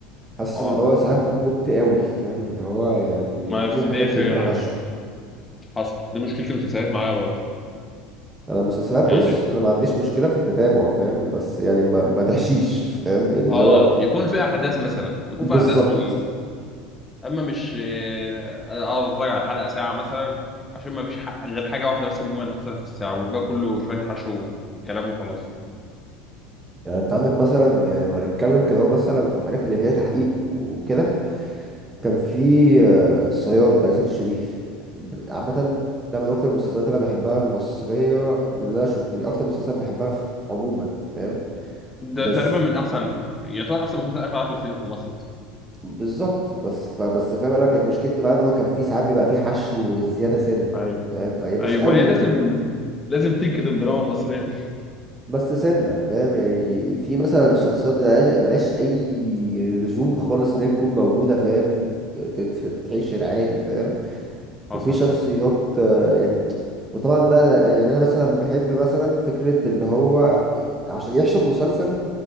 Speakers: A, on the right; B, on the left.
A: حاسس
B: اه
A: اللي هو ساعات بتمط قوي فاهم اللي هو يعني
B: ما
A: في
B: في
A: حاجات
B: دي فعلا
A: بيبقى فيها حشو
B: حصل دي مشكلة المسلسلات معايا برضه
A: انا المسلسلات بص
B: يعني في...
A: انا ما عنديش مشكله في التتابع فاهم بس يعني ما, ما تحشيش فاهم يعني اللي
B: اه
A: هو
B: يكون في احداث مثلا يكون
A: بالظبط
B: في احداث وال... اما مش آه، اقعد اتفرج على حلقة ساعة مثلا عشان ما فيش ح... غير حاجة واحدة بس مهمة اللي حصلت في الساعة والباقي كله شوية حشو وكلام وخلاص
A: يعني انت عندك مثلا يعني لو هنتكلم كده هو مثلا في الحاجات اللي فيها تحقيق وكده كان في آه، الصياد بتاع يوسف الشريف عامه ده من اكتر المسلسلات اللي انا بحبها المصريه من اللي انا شو- يعني اكتر مسلسلات بحبها في عموما فاهم
B: ده
A: بس
B: تقريبا من احسن يعتبر احسن مسلسل اخر 10 سنين في مصر
A: بالظبط بس فبس فاهم انا كانت مشكلتي معاه ان هو كان في ساعات بيبقى فيه حشو زياده سنه
B: اصلا
A: فاهم يعني مش
B: ايوه
A: قوي
B: ما هي لازم لازم تكت الدراما المصريه دي
A: بس سنه فاهم يعني في مثلا شخصيات ملهاش ملهاش اي لزوم خالص ان هي تكون موجوده فاهم ت- ت- تتحشر عادي فاهم
B: حصل
A: وفي شخصيات
B: حصل
A: آه، يعني وطبعا بقى أنا- يعني انا مثلا بحب مثلا فكره اللي هو عشان يحشم مسلسل